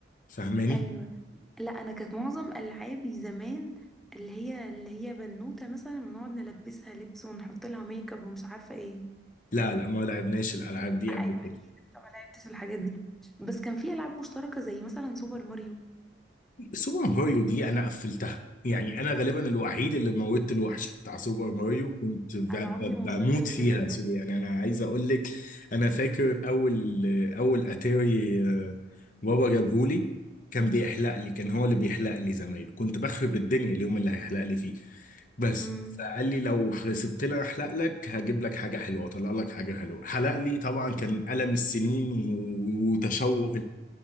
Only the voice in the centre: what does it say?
ايوه لا انا كانت معظم العابي زمان اللي هي اللي هي بنوتة مثلا ونقعد نلبسها لبس ونحط لها ميك اب ومش عارفة ايه
ايوه
اكيد انت ما لعبتش الحاجات دي بس كان في العاب مشتركة زي مثلا سوبر ماريو
انا
عمري ما
وصلت للليفل
ده
مم.